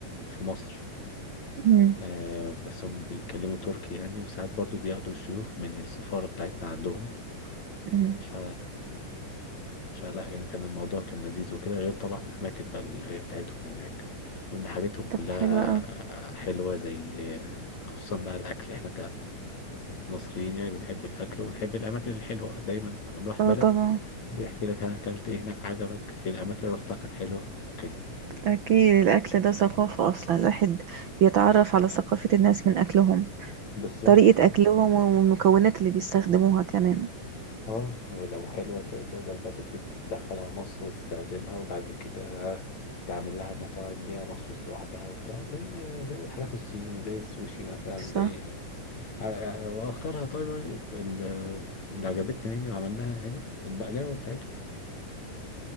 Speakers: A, on the left; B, on the right.
A: في مصر
B: مم.
A: آه، بس هم بيتكلموا تركي يعني وساعات برضو بياخدوا شيوخ من السفارة بتاعتنا عندهم
B: مم.
A: ف فلا يعني كان الموضوع كان لذيذ وكده غير طبعا الأماكن بقى اللي هي بتاعتهم هناك وإن حاجتهم كلها
B: طب حلو قوي
A: حلوة زي خصوصا بقى الأكل إحنا كمصريين يعني بنحب الأكل ونحب الأماكن الحلوة دايما لما بنروح
B: اه
A: بلد
B: طبعا
A: بيحكي لك أنا أكلت إيه هناك عجبك إيه الأماكن اللي رحتها كانت حلوة كده
B: اكيد الاكل ده ثقافة اصلا الواحد بيتعرف على ثقافة الناس من اكلهم
A: بالظبط
B: طريقة اكلهم والمكونات اللي بيستخدموها كمان
A: اه ولو حلوة ت- تقدر بقى تبتدي تدخلها مصر وتستخدمها وبعد كده تعمل لها مطاعم ليها مخصوص لوحدها وبتاع زي زي الحاجات الصيني زي السوشي مثلا
B: صح
A: زي ال... ع- واختارها طيب طيب، ال- اللي عجبتنا يعني وعملناها هنا البقلاوة بتاعتهم